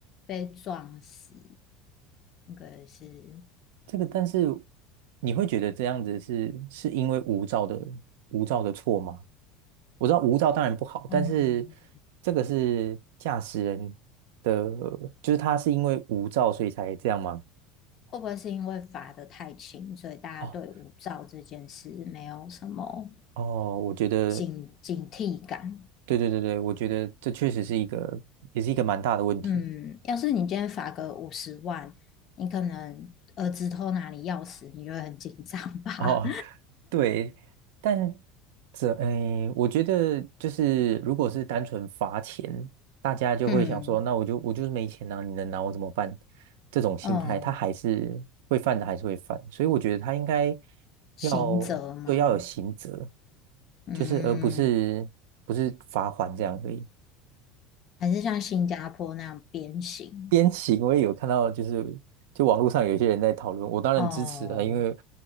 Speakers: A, on the left; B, on the right.
A: 被撞死，那个是，
B: 这个但是你会觉得这样子是是因为无照的无照的错吗？我知道无照当然不好，
A: 嗯，
B: 但是这个是驾驶人的，就是他是因为无照所以才这样吗？
A: 会不会是因为罚得太轻，所以大家对无照这件事没有什么
B: 哦哦，我觉得，
A: 警警惕感？
B: 对对对对，我觉得这确实是一个，也是一个蛮大的问题。
A: 嗯，要是你今天罚个五十万，你可能儿子偷拿你钥匙，你就会很紧张吧？
B: <laughs> 哦，对，但这，哎，我觉得就是，如果是单纯罚钱，大家就会想说，
A: <laughs> 嗯
B: 那我就我就是没钱啊，你能拿我怎么办？这种心态，
A: 嗯，
B: 他还是会犯的，还是会犯，所以我觉得他应该
A: 刑责吗？
B: 要就要有刑责，
A: 嗯，
B: 就是而不是不是罚款这样而已。
A: 还是像新加坡那样鞭刑？
B: 边骑，我也有看到，就是就网络上有些人在讨论，我当然支持啊，
A: 哦
B: 因为